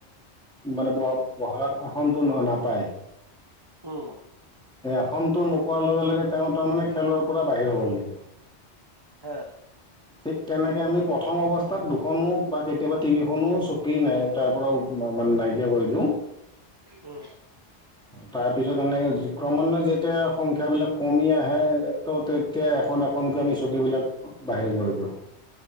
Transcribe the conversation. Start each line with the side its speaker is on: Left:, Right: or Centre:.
Centre: মানে ব বহলাৰ আসনটো নাপায় <unintelligible>
Right: উম।
Centre: এই আসনটো নোপোৱাৰ লগে লগে তেওঁ তাৰ মানে খেলৰ পৰা বাহিৰ হ'ব লাগিব।
Right: হা
Centre: ঠিক তেনেকে আমি প্ৰথম অৱস্থাত দুখনো বা কেতিয়াবা তিনিখনো চকী নাই। তাৰ পৰাও মানে নাইকিয়া কৰি দিওঁ।
Right: উম।
Centre: তাৰ পিছত এনেকে ক্ৰমান্বয়ে
Right: উম
Centre: যেতিয়া সংখ্যাবিলাক কমি আহে তো। এতিয়া এখন এখনকে আমি চকীবলাক বাহিৰ কৰি দিওঁ।